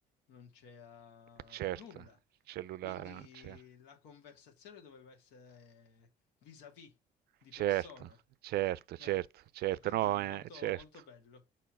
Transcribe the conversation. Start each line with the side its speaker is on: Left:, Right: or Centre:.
Left: non c'era
Right: Certo,
Left: nulla.
Right: cellulare
Left: Quindi
Right: non c'era.
Left: la conversazione doveva essere vis-à-vis di
Right: Certo,
Left: persona.
Right: certo, certo,
Left: Eh,
Right: certo,
Left: e quindi
Right: no,
Left: molto,
Right: eh, certo.
Left: molto bello.